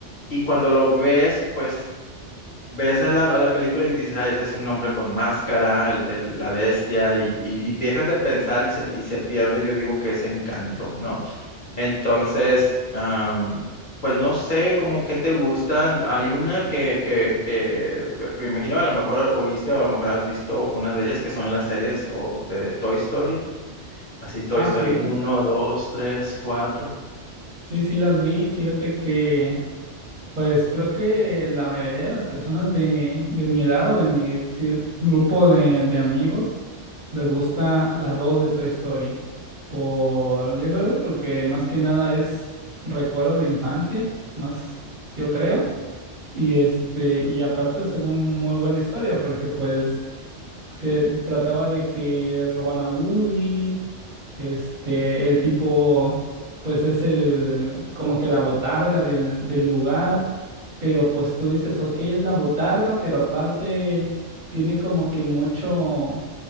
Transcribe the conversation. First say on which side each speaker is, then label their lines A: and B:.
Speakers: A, on the left; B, on the right.
A: y cuando lo ves, pues, ves a la, a la película y dices, ay, ese es un hombre con máscara, el- el- la bestia, y, y, y dejas de pensar y se, y se pierde, yo digo que ese encanto, ¿no? Entonces, am, pues no sé como qué te gustan. Hay una que, que, que, que me imagino a lo mejor oíste o a lo mejor has visto una de ellas que son las series o de Toy Story, así Toy
B: Ah,
A: Story
B: sí.
A: uno, dos, tres, cuatro.
B: Sí, sí las vi. Fíjate que Pues creo que la mayoría de las personas de, de mi edad o de mi cir- grupo de, de amigos les gusta la 2 de Toy Story. Por, yo creo que porque más que nada es recuerdo de infancia, más yo creo. Y este, y aparte según muy buena historia, porque pues es que trataba de que roban a Woody, este, el tipo, pues es el, como que la botarga del, del lugar, pero pues tú dices, ok, es la botarga, pero aparte tiene como que mucho,